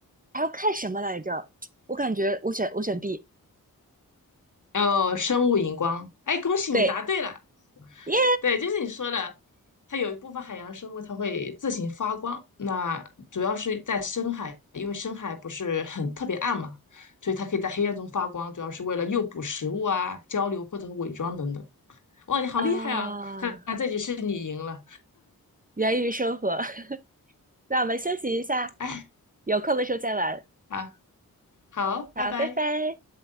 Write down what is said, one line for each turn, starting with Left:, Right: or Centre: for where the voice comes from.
Right: 还要看什么来着？”我感觉我选我选 B，
Left: 哦，生物荧光，哎，恭喜你答对了。
Right: 对，耶
Left: 对，就是你说的，它有一部分海洋生物它会自行发光，那主要是在深海，因为深海不是很特别暗嘛，所以它可以在黑暗中发光，主要是为了诱捕食物啊、交流或者是伪装等等。哇，你好厉害啊！
Right: 啊，
Left: 哈哈，这局是你赢了。
Right: 源于生活。<laughs> 那我们休息一下，
Left: 哎，
Right: 有空的时候再玩。
Left: 好，好，
Right: 好，
Left: 拜拜。
Right: 拜拜。